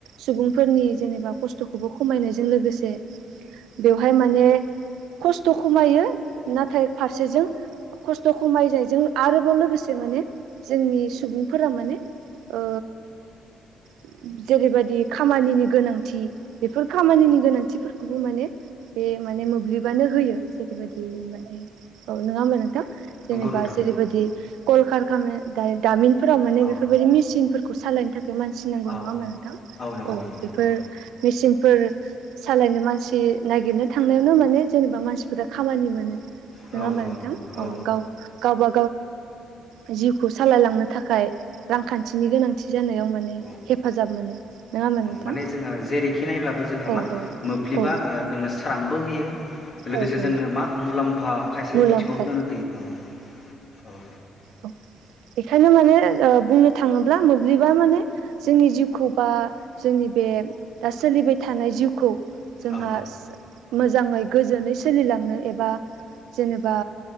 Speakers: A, on the right; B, on the left.
A: सुबुंफोरनि जेनेबा खस्थ' खौबो खमायनायजों लोगोसे बेवहाय माने खस्थ' खमायो नाथाय फारसेजों खस्थ' खमायनायजों आरोबाव लोगोसे माने जोंनि सुबुंफोरा माने ओ <inaudible> जेरैबादि खामानिनि गोनांथि बेफोर खामानिनि गोनांथिफोर खौबो माने बे माने मोब्लिबानो होयो जेरैबायदि माने औ, नङा होमबा नोंथां? जेनेबा
B: नोंथां
A: जेरैबादि कलखारखाना दाय-दामिन फोराव माने
B: औ
A: बेफोरबादि मेसिन फोरखौ सालायनो था खाय मानसि नांगौ
B: औ नंगौ नोंथां औ
A: नङा होमबा नोंथां?
B: नंगौ
A: औ
B: नंगौ
A: बेफोर मेसिन फोर सालायनो मानसि नागिरनो थांनायावनो माने जेनेबा मानसिफोरा खामानि मोनो। नङा
B: औ
A: होमबा नोंथां? अ
B: औ
A: गाव-गावबा <unintelligible> जिउ खौ सालाय लांनो थाखाय रांखान्थिनि गोनांथि जानायाव माने
B: औ
A: हेफाजाब मोन। नोङा होमबा नोंथां?
B: माने जोङो जेरैखि नायब्लाबो जोंहा
A: औ
B: मा
A: औ
B: मोब्लिबा
A: औ।
B: ओ जोंनो स्रांबो होयो लोगोसे
A: औ औ
B: जोंनो मा मुलाम्फा खायसे
A: मुलाम्फा
B: बिथिङावबो जोंनो होयो औ औ।
A: औ बेखायनो माने ओ बुंनो थाङोब्ला मोब्लिबा माने जोंनि जिउखौ बा जोंनि बे दा सोलिबाय थानाय जिउखौ जोंहा
B: औ
A: मोजाङै गोजोनै सोलिलांनो एबा जेनेबा